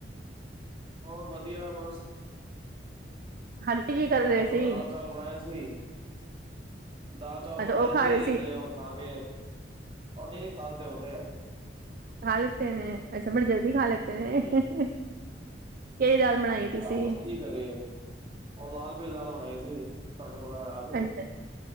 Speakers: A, on the right; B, on the right.
A: ਹੋਰ ਵਧੀਆ ਬਸ
B: ਹਾਲੀ ਕੀ ਕਰ
A: ਹੋਰ
B: ਰਹੇ ਸੀ
A: ਦਾਲ ਚਾਵਲ ਬਣਾਏ ਸੀ ਦਾਲ ਚਾਲ
B: ਅੱਛਾ
A: ਬਣਾਏ
B: ਉਹ
A: ਸੀ
B: ਖਾ ਰਹੇ
A: ਤੇ ਉਹ ਖਾ ਕੇ ਉਹ ਨਹੀਂ ਨੀ ਖਾ ਲਿਤੇ ਉਹ ਤੇ ਆ
B: ਖਾ ਲਿਤੇ ਨੇ ਅੱਛਾ ਬੜੀ ਜਲਦੀ ਖਾ ਲਿਤੇ ਨੇ ਕਿਹੜੀ
A: ਹਮ
B: ਦਾਲ ਬਣਾਈ ਤੁਸੀਂ
A: ਆਹ ਬਸ ਕੀ ਕਰੀਏ ਉਹ ਲਾਲ ਪੀਲੀ ਦਾਲ ਬਣਾਈ ਸੀ। ਤੜਕਾ ਤੁੜਕਾ ਲਗਾ ਕੇ
B: ਅੱਛਾ